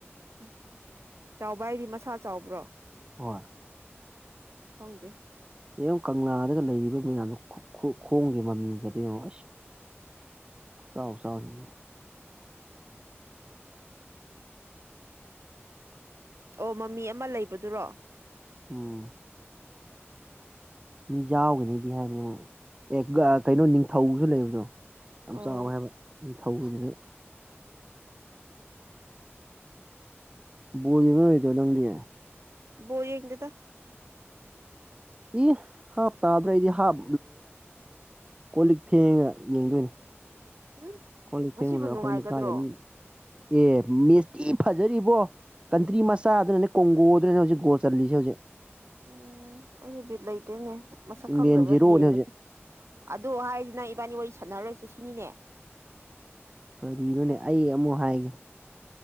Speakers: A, on the right; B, on the right.
A: ꯎ ꯆꯥꯎꯕ ꯍꯥꯏꯗꯤ ꯃꯁꯥ ꯆꯥꯎꯕ꯭ꯔꯣ
B: ꯍꯣꯏ
A: ꯐꯪꯗꯦ
B: ꯌꯦꯡꯉ ꯀꯪꯂꯥꯗꯒ ꯂꯩꯔꯤꯕ ꯃꯌꯥꯝꯗꯣ ꯈꯣꯡꯒꯦ ꯃꯃꯤꯒꯗꯣ ꯌꯦꯡꯉꯣ ꯑꯁ ꯑꯣꯁꯥꯎꯁꯥꯎ
A: ꯑꯣ ꯃꯃꯤ ꯑꯃ ꯂꯩꯕꯗꯨꯔꯣ
B: ꯑꯣ ꯃꯤ ꯌꯥꯎꯒꯅꯤꯗꯤ ꯍꯥꯏꯕꯅꯦ ꯃꯣꯏ ꯑꯦ ꯀꯩꯅꯣ ꯅꯤꯡꯊꯧꯁꯨ ꯂꯩꯕꯗꯣ ꯌꯥꯝ
A: ꯑꯣ
B: ꯆꯥꯎꯋꯦ ꯍꯥꯏꯕ ꯅꯤꯡꯊꯧꯒꯤꯁꯤꯁꯨ ꯕꯣꯜ ꯌꯦꯡꯉꯔꯣꯢꯗ꯭ꯔꯣ ꯅꯪꯗꯤ
A: ꯕꯥꯜꯛ ꯌꯦꯪꯗꯦꯗꯥ
B: ꯏ ꯍꯥꯞ ꯇꯥꯗ꯭ꯔꯩꯗꯤ ꯍꯥꯞ ꯀꯣꯜ ꯂꯤꯛ ꯐꯦꯡꯉꯒ ꯌꯦꯡꯗꯣꯏꯅꯦ
A: ꯎꯝ
B: ꯀꯣꯜ ꯂꯤꯛ
A: ꯉꯁꯤꯕꯨ
B: ꯐꯦꯡꯕꯗ
A: ꯅꯨꯡꯉꯥꯏꯒꯗ꯭ꯔꯣ
B: ꯑꯩꯈꯣꯏ ꯃꯈꯥꯗꯅꯤ ꯑꯦ ꯃꯦꯁꯊꯤ ꯐꯖꯔꯤꯕꯣ ꯀꯟꯇ꯭ꯔꯤ ꯃꯆꯥꯗꯨꯅꯅꯦ ꯀꯣꯡꯒꯣꯗꯨꯅꯅꯦ ꯍꯧꯖꯤꯛ ꯒꯣꯜ ꯆꯁꯦ ꯍꯧꯖꯤꯛ
A: ꯎꯝ ꯑꯩꯗꯤ ꯕꯤꯠ ꯂꯩꯇꯦꯅꯦ ꯃꯁꯛ
B: ꯏꯪꯂꯦꯟ
A: ꯈꯪꯗꯕ꯭ꯔꯥ
B: ꯖꯦꯔꯣꯅꯦ
A: ꯌꯦꯡꯕꯁꯦ
B: ꯍꯧꯖꯤꯛ
A: ꯑꯗꯨ ꯍꯥꯏꯔꯤꯁꯤ ꯅꯪ ꯏꯕꯥꯅꯤ ꯋꯥꯔꯤ ꯁꯥꯟꯅꯔꯣꯏꯁꯦ ꯁꯤꯅꯤꯅꯦ
B: ꯀꯔꯤꯅꯣꯅꯦ ꯑꯩ ꯑꯃꯨꯛ ꯍꯥꯏꯒꯦ